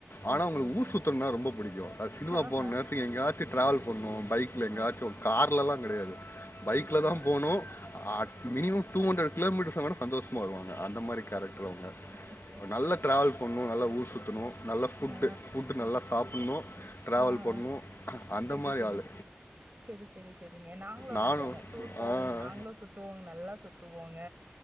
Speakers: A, on the left; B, on the right.
A: ஆனா
B: ஓகே,
A: அவங்களுக்கு
B: ஓகேங்க.
A: ஊர் சுத்துரனா ரொம்ப பிடிக்கும் அது சினிமா
B: ஆஹா.
A: போற நேரத்துக்கு எங்கயாச்சும் டிராவல் பன்னும் பைக்ல
B: ஆ.
A: எங்கயாச்சும் கார்லா பைக்ல
B: சரி, சரி,
A: தான்
B: சரி.
A: போனும் ஆட் டூ ஹன்ரட் கிலோமீட்டர் சந்தோஷமா வருவான் அந்த மாரி கேரக்டர் அவங்க
B: ஓகே, ஓகே.
A: நல்ல டிராவல் பண்ணும் நல்ல ஊர் சுத்தணும், நல்லா ஃபுட்டு
B: ஆ,
A: ஃபுட்டு் நல்லா சாப்பிடணும் டிராவல்
B: ஆ,
A: பண்ணணும்
B: ஆ.
A: அந்த
B: சரி,
A: மாரி
B: சரி.
A: ஆளு
B: சரி, சரி, சரிங்க. நாங்களும் அப்படிதாங்க.
A: நானும்
B: டூர் போவோங்க.
A: ஆஹ்
B: நாங்களும் சுத்துவோங்க. நல்லா சுத்துவோங்க